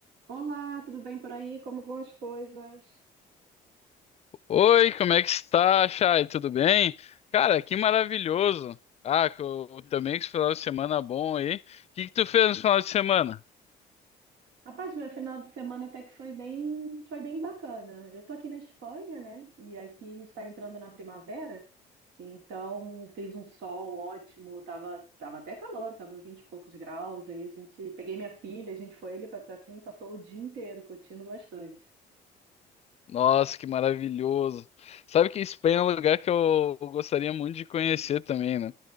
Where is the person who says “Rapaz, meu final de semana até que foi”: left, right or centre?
Right